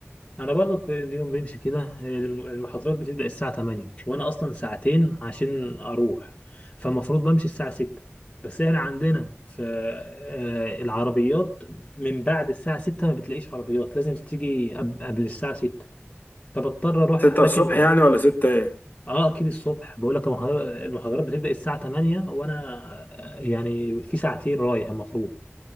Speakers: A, on the left (about 25°); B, on the left (about 45°).
A: انا برضو كل اليوم بمشي كده الم- المحاضرات بتبدا الساعه 8 وانا اصلا ساعتين عشان اروح فالمفروض بمشي الساعه 6 بس احنا عندنا في آه، العربيات من بعد الساعه 6 ما بتلاقيش عربيات لازم تيجي قب- قبل الساعه 6 فبضطر اروح
B: ستة
A: راكب
B: الصبح
A: اه
B: يعني ولا ستة إيه؟
A: آه، اكيد الصبح بقول لك المحاضرات المحاضرات بتبدا الساعه 8 وانا آه، يعني في ساعتين رايح المفروض